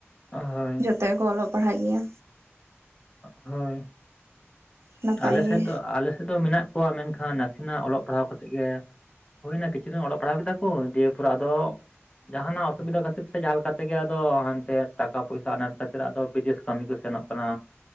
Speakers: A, on the left; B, on the right.
A: ᱦᱳᱭ
B: ᱛᱮ ᱠᱚ ᱚᱞᱚᱜ ᱯᱟᱲᱦᱟᱜ ᱜᱮᱭᱟ
A: ᱦᱳᱭ
B: ᱱᱟᱯᱟᱭ
A: ᱟᱞᱮ
B: ᱜᱮ
A: ᱥᱮᱫ ᱫᱚ ᱟᱞᱮ ᱥᱮᱫ ᱫᱚ ᱢᱮᱱᱟᱜ ᱠᱚᱣᱟ ᱢᱮᱱᱠᱷᱟᱱ ᱱᱟᱥᱮᱱᱟᱜ ᱚᱞᱚᱜ ᱯᱟᱲᱦᱟᱣ ᱠᱟᱛᱮᱜ ᱜᱮ ᱦᱩᱭᱱᱟ ᱠᱤᱪᱷᱩ ᱫᱤᱱ ᱚᱞᱚᱜ ᱯᱟᱲᱦᱟᱣ ᱠᱮᱫᱟ ᱠᱚ ᱫᱤᱭᱮ ᱯᱚᱨ ᱟᱫᱚ ᱡᱟᱦᱟᱱᱟᱜ ᱚᱥᱩᱵᱤᱫᱷᱟ ᱠᱷᱟᱹᱛᱤᱨ ᱥᱮ ᱡᱟᱦᱟ ᱞᱮᱠᱟ ᱛᱮᱜᱮ ᱟᱫᱚ ᱦᱟᱱᱛᱮ ᱴᱟᱠᱟ ᱯᱩᱭᱥᱟ ᱟᱱᱟᱴ ᱠᱷᱟᱹᱛᱤᱨ ᱟᱫᱚ ᱵᱤᱫᱮᱥ ᱠᱟᱹᱢᱤ ᱠᱚ ᱥᱮᱱᱚᱜ ᱠᱟᱱᱟ